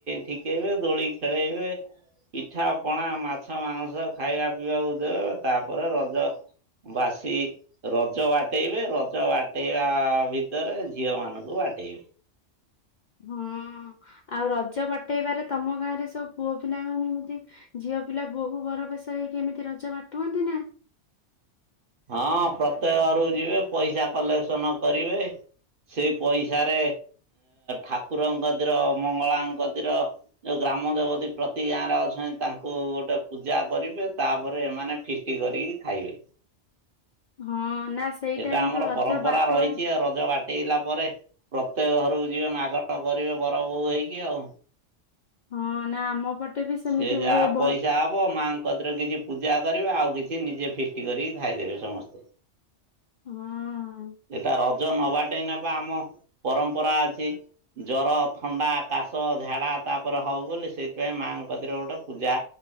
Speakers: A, on the right; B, on the left.
A: ଠିକେଇବେ ଦୋଳି ଖେଳେଇବେ ପିଠା ପଣା ମାଛ ମାଂସ ଖାଇବା ପିଇବାକୁ ଦେବେ ତାପରେ ରଜ ବାସି ରଜ ବାଟେଇବେ ରଜ ବାଟେଇବା ଭିତରେ! ଝିଅ ମାନଙ୍କୁ ବାଟେଇବି?
B: ହଁ ଆଉ ରଜ ବାଟେଇବାରେ ତମ ଗାଁ ରେ ସବୁ ପୁଅ ପିଲାମାନେ ଯେମତି ଝିଅ ପିଲା ବୋହୁ ବର ବସ ହେଇକି ଏମିତି ରଜ ବାଟୁଅନ୍ତି ନା?
A: ହଁ ପ୍ରତ୍ୟେକ ଘରୁ ଯିବେ ପଇସା କଲେକ୍ସନ କରିବେ ସେଇ ପଇସାରେ ଠାକୁରଙ୍କ ଦର ମଙ୍ଗଳାଙ୍କ ଦର ଯୋଉ ଗ୍ରାମ ଦେବତୀ ପ୍ରତି ଗାଁରେ ଅଛନ୍ତି ତାଙ୍କୁ ଗୋଟେ ପୂଜା କରିବେ ତାପରେ ଏମାନେ ଫିଷ୍ଟି କରିକି ଖାଇବେ?
B: ହଁ ନା ସେଇଟା
A: ଏଇଟା
B: କିନ୍ତୁ
A: ଆମର
B: ରଜ
A: ପରମ୍ପରା
B: ବାଟୁଆ
A: ରହିଛି ରଜ ବାଟ! ହେଇଲା ପରେ ପ୍ରତ୍ୟେକ ଘରକୁ ଯିବେ ମାଗଣା କରିବେ ବର ବୋୂ ହେଇକି ଆଉ!
B: ହଁ ନା ଆମ ପଟେ? ବି ସେମିତି
A: ସେ ଯାହା
B: ହୁଏ ବ
A: ପଇସା ହବ ମାଙ୍କ ରେ କିଛି ପୂଜା? କରିବ ଆଉ କିଛି ନିଜେ ଫିଷ୍ଟି କରି ଖାଇଦେବେ ସମସ୍ତେ
B: ହଁ
A: ଏଟ ରଜ ନବାଟ ନେବା ଆମ ପରମ୍ପରା ଅଛି ଜର ଥଣ୍ଡା କାଶ ଝାଡା ତାପରେ ହଉ ବୋଲି ସେଇଥିପାଇଁ ମା! ଗପତିରେ ଗୋଟେ ପୂଜା